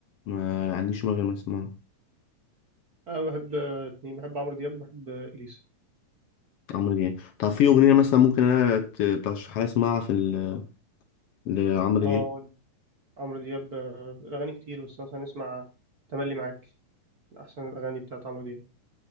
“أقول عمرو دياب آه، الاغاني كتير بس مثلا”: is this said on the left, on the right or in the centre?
Right